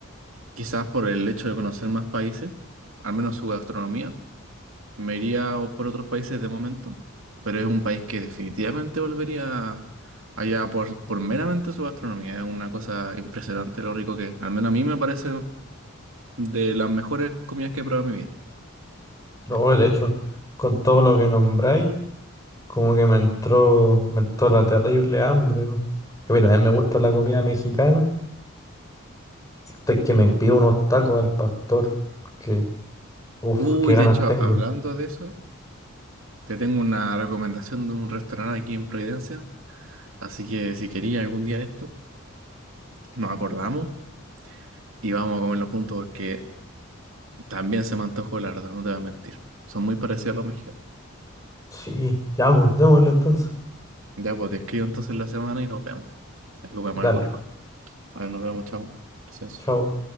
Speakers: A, on the right; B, on the left.
A: quizás por el hecho de conocer más países, al menos su gastronomía. Me iría o- por otros países de momento, pero es un país que definitivamente volvería allá por, por meramente su gastronomía. Es una cosa impresionante lo rico que es. Al menos a mí me parece de las mejores comidas que he probado en mi vida.
B: No,
A: Eh,
B: de hecho, con todo lo que nombráis, como que me entró, me entró la terrible hambre. weón. Que mira, a mí me gusta la comida mexicana. Y es que me pido unos tacos al pastor. Que, uff,
A: Uy,
B: qué ganas
A: de hecho,
B: tengo.
A: hablando de eso, te tengo una recomendación de un restaurante aquí en Providencia. Así que si quería algún día de esto, nos acordamos y vamos a comerlo juntos porque también se me antojó, la verdad, no te voy a mentir. Son muy parecidos a los mexicanos.
B: Sí, ya vamos, démosle entonces.
A: Ya, pues te escribo entonces la semana y nos vemos. Ahí comemos
B: Dale,
A: algo rico. A ver, nos vemos, chao. Gracias.
B: chao.